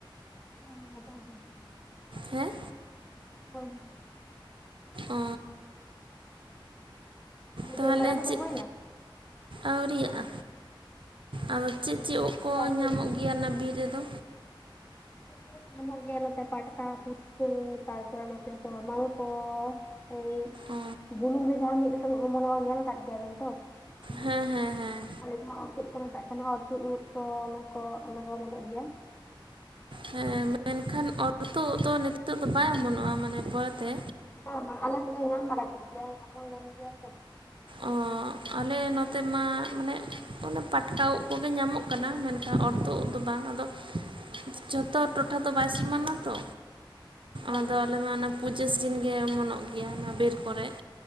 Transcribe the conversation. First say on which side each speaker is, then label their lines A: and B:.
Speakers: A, on the left (about 20°); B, on the right (about 70°).
A: <unintelligible>
B: ᱦᱮᱸ ᱚ
A: ᱛᱟᱦᱚᱞᱮ
B: ᱛᱟᱦᱞᱮ
A: ᱡᱚᱢ ᱵᱟᱲᱟ ᱠᱚᱫᱚ
B: ᱪᱮᱜ
A: ᱦᱩᱭᱱᱟ?
B: ᱟᱹᱣᱨᱟᱜᱼᱟ ᱟᱫᱚ
A: ᱟᱪᱪᱷᱟ
B: ᱪᱮᱜ ᱪᱮᱜ
A: ᱤᱥᱤᱱ
B: ᱩᱜ
A: ᱠᱚᱫᱚ
B: ᱠᱚ
A: ᱟᱹᱣᱨᱤ
B: ᱧᱟᱢᱚᱜ
A: ᱦᱩᱭᱩᱜ
B: ᱜᱮᱭᱟ ᱚᱱᱟ ᱵᱤᱨ ᱨᱮᱫᱚ?
A: ᱩᱜ ᱠᱚᱫᱚ ᱠᱚ ᱧᱟᱢᱚᱜ ᱜᱮᱭᱟ ᱱᱚᱛᱮ ᱯᱟᱴᱠᱟ ᱯᱩᱴᱠᱟᱹ ᱛᱟᱨᱯᱚᱨᱮ ᱱᱚᱛᱮ ᱫᱚ ᱢᱟᱞᱠᱚ᱾ ᱮᱭ
B: ᱚ
A: ᱵᱩᱱᱩᱢ ᱨᱮ ᱡᱟᱦᱟᱸ ᱢᱤᱫ ᱞᱮᱠᱟᱱᱟᱜ ᱚᱢᱚᱱᱚᱜᱼᱟ ᱧᱮᱞ ᱠᱟᱫ ᱜᱮᱭᱟᱵᱮᱱ ᱛᱚ?
B: ᱦᱮᱸ ᱦᱮᱸ ᱦᱮᱸ
A: ᱟᱞᱮ ᱡᱟᱦᱟᱸ ᱚᱨ ᱛᱩᱫ ᱠᱚ ᱢᱮᱛᱟᱜ ᱠᱟᱱᱟ ᱚᱨ ᱛᱩᱫ ᱩᱫᱽ ᱠᱚ ᱚᱱᱟ ᱠᱚ ᱚᱱᱟ ᱠᱚ ᱚᱢᱚᱱᱚᱜ ᱜᱮᱭᱟ᱾
B: ᱦᱮᱸ ᱢᱮᱱᱠᱷᱟᱱ ᱚᱨ ᱛᱩᱜ ᱫᱚ ᱱᱤᱛᱚᱜ ᱫᱚ ᱵᱟᱭ ᱚᱢᱚᱱᱚᱜᱼᱟ ᱢᱟᱱᱮ ᱯᱚᱨᱮ ᱛᱮ
A: ᱵᱟᱝ ᱵᱟᱝ ᱟᱞᱮ ᱥᱮᱱ ᱦᱚᱸ ᱧᱟᱢ ᱵᱟᱲᱟ ᱠᱮᱜ ᱜᱮᱭᱟ ᱚᱢᱚᱱ ᱞᱮᱱ ᱜᱮᱭᱟ ᱛᱚ᱾
B: ᱚ ᱟᱞᱮ ᱱᱚᱛᱮ ᱢᱟ ᱢᱟᱱᱮ ᱚᱱᱮ ᱯᱟᱴᱠᱟ ᱩᱜ ᱠᱚᱜᱮ ᱧᱟᱢᱚᱜ ᱠᱟᱱᱟ ᱢᱮᱱᱠᱷᱟᱱ ᱚᱨ ᱛᱩᱜ ᱫᱚ ᱵᱟᱝ ᱟᱫᱚ ᱡᱷᱚᱛᱚ ᱴᱚᱴᱷᱟ ᱫᱚ ᱵᱟᱭ ᱥᱚᱢᱟᱱᱟ ᱛᱚ,
A: ᱵᱟᱝ
B: ᱟᱫᱚ ᱟᱞᱮ ᱢᱟ ᱚᱱᱟ ᱯᱩᱡᱟᱹ ᱥᱤᱡᱤᱱ ᱜᱮ ᱚᱢᱚᱱᱚᱜ ᱜᱮᱭᱟ ᱚᱱᱟ ᱵᱤᱨ ᱠᱚᱨᱮᱜ